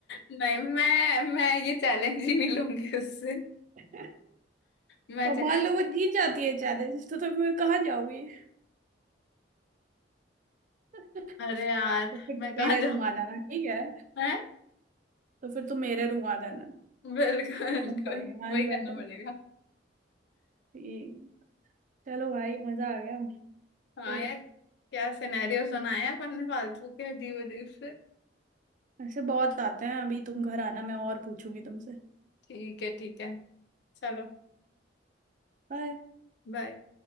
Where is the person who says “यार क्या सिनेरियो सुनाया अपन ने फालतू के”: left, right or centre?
Left